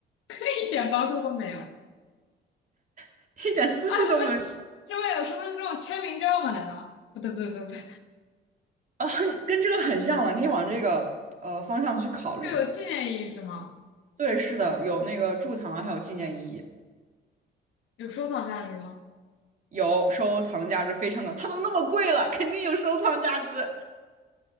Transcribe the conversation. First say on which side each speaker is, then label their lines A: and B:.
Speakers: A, on the left; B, on the right.
A: <laughs> 一点帮助都没有
B: <laughs> 一点思绪都没有
A: 啊！什么签上面有什么那种签名照吗？难道不对不对不对不对，
B: 啊，很跟这个很像了，你可以往这个呃方向去考虑。
A: 就有纪念意义是吗？
B: 对，是的，有那个贮藏啊，还有纪念意义，
A: 有收藏价值吗？
B: 有收藏价值，非常高。它都那么贵了，肯定有收藏价值。